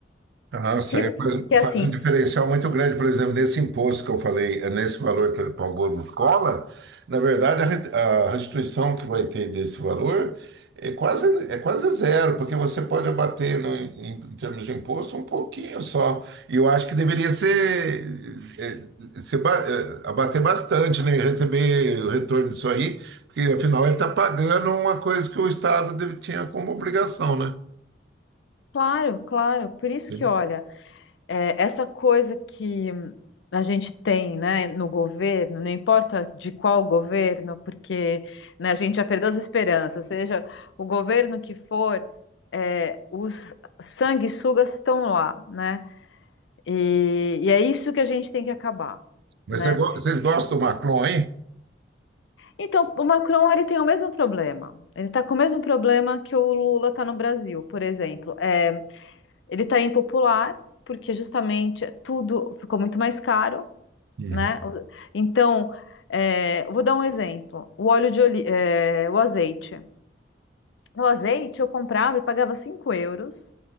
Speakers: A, on the right (about 65°); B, on the left (about 80°).
A: Ah,
B: Se,
A: sei. Faz,
B: porque assim,
A: faz um diferencial muito grande, por exemplo, nesse imposto que eu falei, é nesse valor que ele pagou de escola, na verdade, a, re- a restituição que vai ter desse valor é quase, é quase zero, porque você pode abater no, em, em termos de imposto um pouquinho só. E eu acho que deveria ser, é, ser ba- é, abater bastante, né? E receber o retorno disso aí, porque afinal ele está pagando uma coisa que o Estado deve- tinha como obrigação, né?
B: claro, claro, por isso
A: Sim.
B: que olha. É, essa coisa que a gente tem, né, no governo, não importa de qual governo, porque né, a gente já perdeu as esperanças, seja o governo que for, é, os sanguessugas estão lá, né? E, e é isso que a gente tem que acabar,
A: Mas
B: né?
A: você go- vocês gostam do Macron, hein?
B: Então, o Macron, ele tem o mesmo problema. Ele está com o mesmo problema que o Lula está no Brasil, por exemplo. É, ele está impopular, porque justamente tudo ficou muito mais caro,
A: Uhum.
B: né? O- Então, é, eu vou dar um exemplo. O óleo de oli- é, o azeite. O azeite eu comprava e pagava 5 euros,